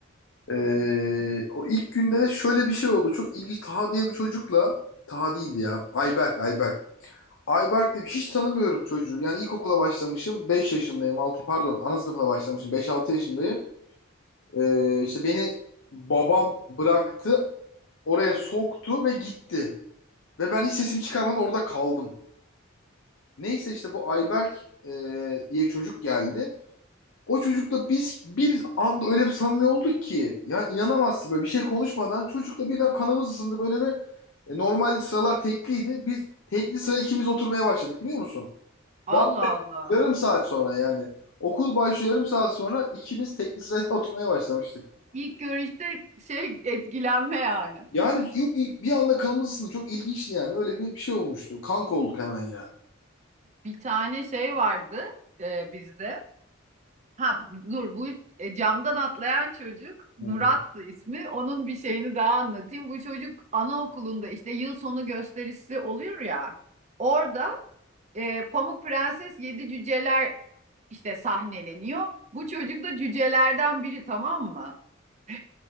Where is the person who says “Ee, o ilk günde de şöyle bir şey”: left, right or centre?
Left